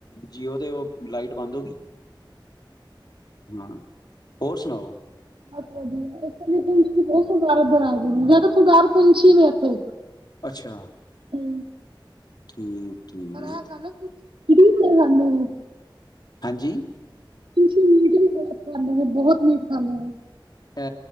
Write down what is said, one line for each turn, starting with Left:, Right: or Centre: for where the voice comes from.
Left: ਜੀਓ ਤੇ ਔ, ਲਾਈਟ ਬੰਦ ਹੋ ਗਈ। ਹਾਂ, ਹੋਰ ਸੁਣਾਓ।
Right: ਬਸ ਵਧਿਆ, ਇੱਥੇ ਦੀ ਪੂੰਛ ਤੋਹ ਬਹੁਤ ਸਰਦਾਰ ਏਥੇ ਆਏ ਦੇ ਨੇ, ਜ਼ਯਾਦਾ ਤਰ ਸਰਦਾਰ ਪੂੰਛੀ ਨੇ ਇੱਥੇ।
Left: ਅੱਛਾ।
Right: ਹੁੰ।
Left: ਠੀਕ। ਠੀਕ
Right: ਪਰ ਇਹ ਗੱਲ ਏ ਕੁਛ <unintelligible> ਆਂਦੇ ਨੇ।
Left: ਹਾਂਜੀ।
Right: ਪੂੰਛੀ ਮੀਟ ਵੀ ਬਹੁਤ ਖਾਂਦੇ ਨੇ, ਬਹੁਤ ਮੀਟ ਖਾਂਦੇ ਨੇ।
Left: ਏ